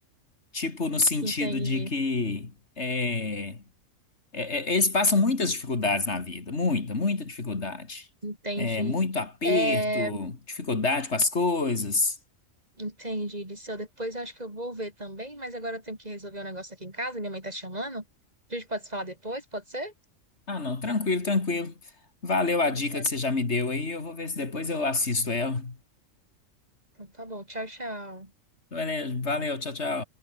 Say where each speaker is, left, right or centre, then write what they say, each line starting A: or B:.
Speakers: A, on the left (about 55°); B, on the right (about 30°).
A: Tipo, no sentido
B: Entendi,
A: de que. é É, é, eles passam muitas dificuldades na vida, muita, muita dificuldade.
B: entendi.
A: É, muito aperto,
B: É,
A: dificuldade com as coisas.
B: entendi, Disseu. Depois eu acho que eu vou ver também, mas agora eu tenho que resolver um negócio aqui em casa, minha mãe tá chamando. A gente pode se falar depois, pode ser?
A: Ah, não, tranquilo, tranquilo. Valeu
B: Então
A: a dica
B: tá,
A: que você já me deu aí. Eu vou ver se depois eu assisto ela.
B: então tá bom, tchau, tchau.
A: Valeu, valeu, tchau, tchau.